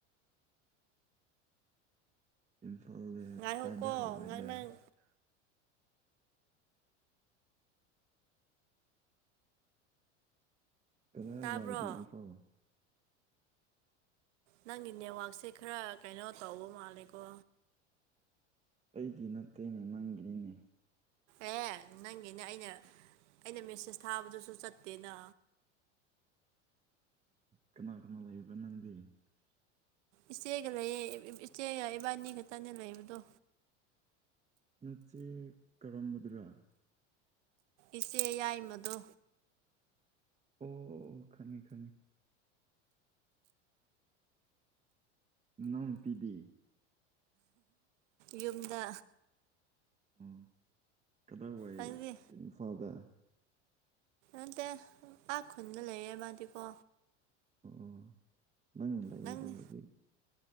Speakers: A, on the right; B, on the right.
A: ꯏꯝꯐꯥꯜꯗ
B: ꯉꯥꯏꯍꯧꯀꯣ
A: ꯀꯗꯥꯏ ꯋꯥꯏꯗꯔ
B: ꯉ ꯅꯪ
A: ꯀꯗꯥꯏ
B: ꯇꯥꯕ꯭ꯔꯣ
A: ꯋꯥꯏꯒꯦ ꯏꯝꯐꯥꯜ
B: ꯅꯪꯒꯤ ꯅꯦꯠꯋꯥꯛꯛꯁꯦ ꯈꯔ ꯀꯩꯅꯣ ꯇꯧꯕ ꯃꯥꯜꯂꯦꯀꯣ
A: ꯑꯩꯒꯤ ꯅꯠꯇꯦꯅꯦ ꯅꯪꯒꯤꯅꯦ
B: ꯑꯦ ꯅꯪꯒꯤꯅꯦ ꯑꯩꯅ ꯑꯩꯅ ꯃꯦꯁꯦꯁ ꯊꯥꯕꯗꯨꯁꯨ ꯆꯠꯇꯦꯅ
A: ꯀꯅꯥ ꯀꯅꯥ ꯂꯩꯕ ꯅꯪꯗꯤ
B: ꯏꯆꯦꯒ ꯂꯩꯌꯦ ꯏꯆꯦꯒ ꯏꯕꯥꯅꯤ ꯈꯛꯇꯅꯦ ꯂꯩꯕꯗꯣ
A: ꯅꯠꯁꯦ ꯀꯔꯒꯗꯔꯣꯥ
B: ꯏꯆꯦ ꯌꯥꯏꯃꯗꯣ
A: ꯑꯣ ꯈꯪꯉꯦ ꯈꯪꯉꯦ ꯅꯣꯡ ꯄꯤꯗꯤ
B: ꯌꯨꯝꯗ
A: ꯎꯝ ꯀꯗꯥꯏ ꯋꯥꯏ
B: ꯅꯪꯗꯤ
A: ꯏꯝꯐꯥꯜꯗ
B: ꯑꯇ ꯑ ꯈꯨꯟꯗ ꯂꯩꯌꯦꯦ ꯃꯥꯗꯤꯀꯣ
A: ꯑꯣ ꯅꯪꯅ ꯂꯩꯥꯛꯕꯗꯣ
B: ꯅꯪꯗꯤ
A: ꯍꯧꯖꯤꯛ